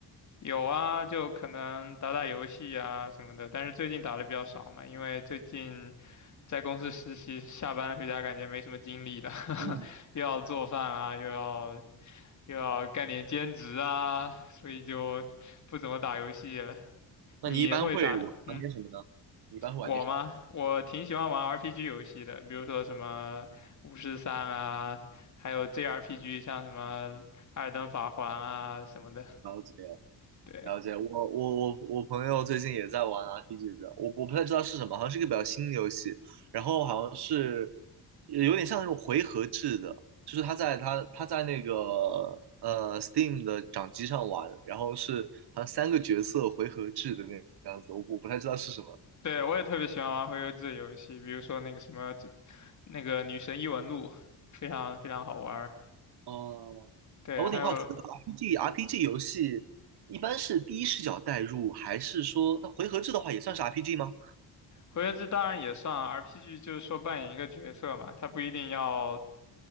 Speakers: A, on the left; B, on the right.
A: 有啊，就可能打打游戏啊什么的，但是最近打的比较少嘛，因为最近在公司实习，下班回家感觉没什么精力了，<laughs>
B: 嗯，
A: 又要做饭啊，又要又要干点兼职啊，所以就不怎么打游戏了。
B: 那你一般会玩玩点什么呢？
A: 你会打，嗯，
B: 你一般会玩点什么？
A: 我吗？我挺喜欢玩 RPG 游戏的，比如说什么巫师三啊，还有 JRPG，像什么《艾尔登法环》啊什么的，
B: 了解
A: 对。
B: 了解，我我我我朋友最近也在玩 RPG 的，我我不太知道是什么，好像是一个比较新的游戏，然后好像是有点像那种回合制的，就是他在他他在那个呃 Steam 的掌机上玩，然后是好像三个角色回合制的那个样子，我我不太知道是什么。
A: 对，我也特别喜欢玩回合制的游戏，比如说那个什么，那个《女神异闻录》，非常非常好玩儿
B: 哦，
A: 对，
B: 啊我挺好奇的，RPG
A: 还有
B: RPG 游戏一般是第一视角代入，还是说它回合制的话也算是 RPG 吗？
A: 回合制当然也算 RPG，就是说扮演一个角色嘛，它不一定要